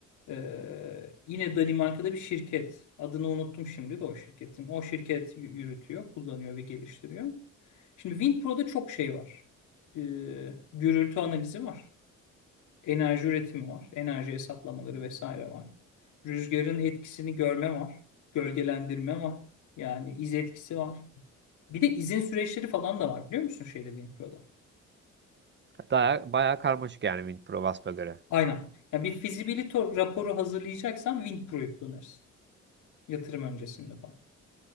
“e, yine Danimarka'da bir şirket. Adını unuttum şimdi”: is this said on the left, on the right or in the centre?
Left